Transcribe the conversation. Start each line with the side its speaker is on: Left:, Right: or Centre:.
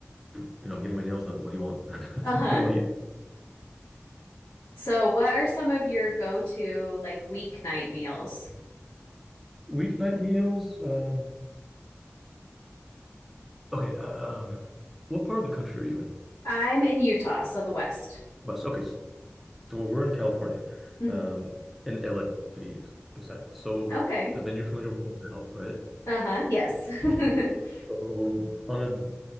Centre: know, I'm getting my nails done. What do you want? <laughs>
Left: Uh-huh.
Centre: What do you want to eat?"
Left: So, what are some of your go-to like weeknight meals?
Centre: Weeknight meals. Um, okay. uh, Um, what part of the country are you in?
Left: I'm in Utah, so the West.
Centre: West. Okay. So we're in California,
Left: hmm
Centre: um, in LA to be exact. So
Left: Okay.
Centre: uh, then you're familiar with Golden Out, right?
Left: Uh-huh. Yes. <laughs>
Centre: So on a